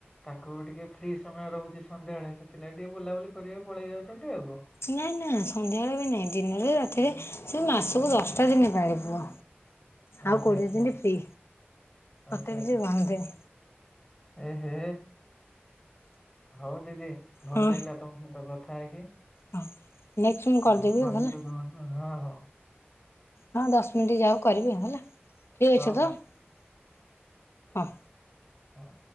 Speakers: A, on the left; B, on the left.
A: ତାଙ୍କୁ ବି ଟିକେ ଫ୍ରି ସମୟ ରହୁଛି ସନ୍ଧ୍ୟାବେେଳେ ସେଥିଲାଗି ଟିକେ ବୁଲାବୁଲି କରିବାକୁ ପଳେଇ ଯାଉଛନ୍ତି ଆଉ।
B: ନାଇ ନା ସନ୍ଧ୍ୟାବେଳେ ବି ନାଇଁ ଦିନରେ ରାତିରେ ସେ ମାସକୁ ଦଶଟା ଦିନ ପାଳି ପୁଅ।
A: ଆଚ୍ଛା
B: ଆଉ କୋଡ଼ିଏ
A: ଆଚ୍ଛା
B: ଦିନି ଫ୍ରି। ତତେ
A: ଆଚ୍ଛା
B: କିଛି
A: ଆଛା
B: କହନ୍ତିନି
A: ଏ ହେ ହଉ ଦିଦି ଭଲ
B: ହଁ
A: ଲାଗିଲା ତମ ସହିତ କଥା ହେଇକି।
B: ହଁ ନେକ୍ସଟ୍ ମୁଁ କରିଦେବି
A: ହଁ ହଁ ଭଲରେ
B: ଆଉ ହେଲା।
A: ରୁହନ୍ତୁ ଆଉ ଅ ହ
B: ହଁ ଦଶ ମିନିଟ୍ ଯାଉ କରିବି ଆଉ ହେଲା। ଫ୍ରି ଅଛ
A: ହଉ
B: ତ
A: ହଉ
B: ହଁ।
A: ହଁ।